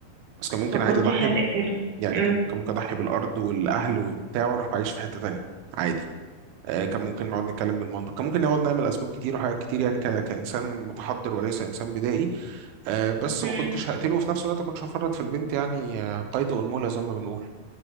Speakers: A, on the right; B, on the right.
A: بس كان ممكن
B: ما كنتش
A: عادي اضحي
B: هتقتله
A: ب... يعني
B: مم.
A: كنت كان ممكن اضحي بالارض والاهل وبتاع واروح اعيش في حته تانية عادي أه كان ممكن نقعد نتكلم بالمنطق كان ممكن نقعد نعمل اسباب كتير وحاجات كتير يعني ك... كانسان متحضر وليس انسان بدائي أه بس
B: مم.
A: ما كنتش هقتله وفي نفس الوقت كنتش هفرط في البنت يعني آه، قيد انملة زي ما بنقول